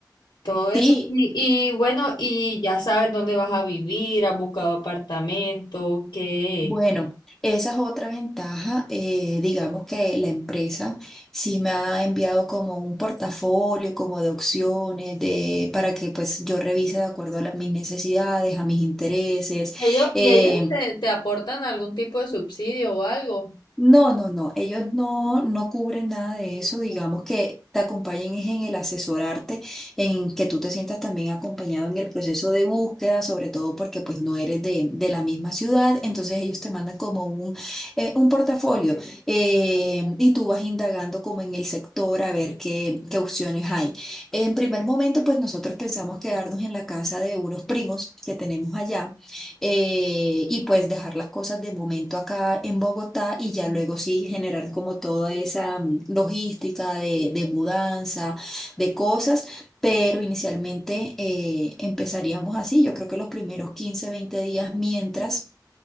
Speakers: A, on the left; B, in the centre.
A: Todo eso.
B: Sí,
A: Y, y bueno, y ya sabes dónde vas a vivir, has buscado apartamento, qué.
B: Bueno, esa es otra ventaja. eh, digamos que la empresa sí me ha enviado como un portafolio, como de opciones, de, para que pues yo revise de acuerdo a las- mis necesidades, a mis intereses.
A: Ellos, y
B: eh,
A: ellos te, te aportan algún tipo de subsidio o algo.
B: no, no, no, ellos no, no cubren nada de eso, digamos que te acompañen es en el asesorarte, en que tú te sientas también acompañado en el proceso de búsqueda, sobre todo porque pues no eres de, de la misma ciudad, entonces ellos te mandan como un, eh, un portafolio eh, y tú vas indagando como en el sector a ver qué, qué opciones hay. En primer momento pues nosotros pensamos quedarnos en la casa de unos primos que tenemos allá eh, y pues dejar las cosas de momento acá en Bogotá y ya luego sí generar como toda esa mm, logística de, de mudanza, de cosas. Pero inicialmente eh, empezaríamos así, yo creo que los primeros 15 20 días mientras